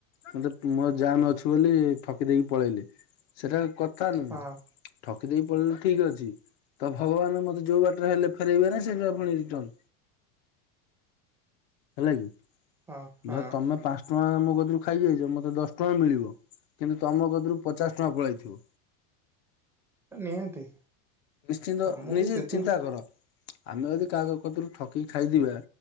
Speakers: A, on the left; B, in the centre.
A: ମତେ ମୋ ଯାମ୍ ଅଛି ବୋଲି ଠକି ଦେଇକି ପଳେଇଲେ ସେଟାରେ କ କା ନୁହୁ
B: ହଁ
A: ଠକ ଦେଇ ପଢେ ଠିକ ଅଛି ତ ଭଗବାନ ମତେ ଯୋଉ ବାଟରେ ହେଲେ ଫେରାଇବେ ନା ସେଟା ପୁଣି ରିଟର୍ନ ହେଲା କି।
B: ହଁ ହଁ
A: ଧର ତମେ ପାଞ୍ଚ ତମେ ମୋ କତିରୁ ଖାଇକି ଯାଇଚ ମତେ ଦଶ ଟଙ୍କା ମିଳବ କିନ୍ତୁ ତମ କତିରୁ ପଚାସ ଟଙ୍କା ପଳାଇଥିବ।
B: ନିହାତି
A: ନିଶ୍ଚିନ୍ତ
B: ତମକୁ
A: ନିଜେ
B: ଯେତିକି
A: ଚିନ୍ତା କର। ଆମେ ଯଦି କାହା କତରୁ ଠକିକି ଖାଇଥିବା